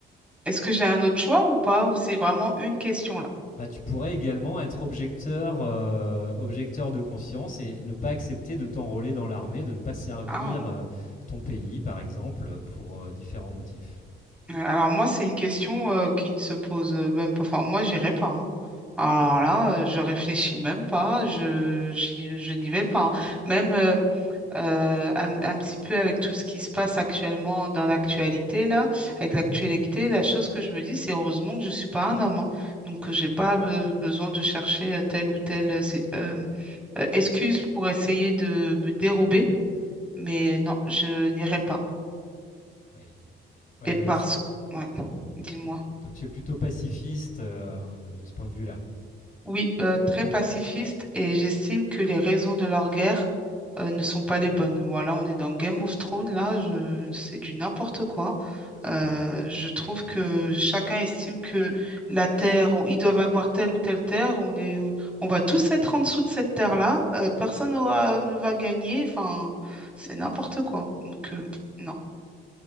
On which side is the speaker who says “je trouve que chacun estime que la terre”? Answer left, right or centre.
Centre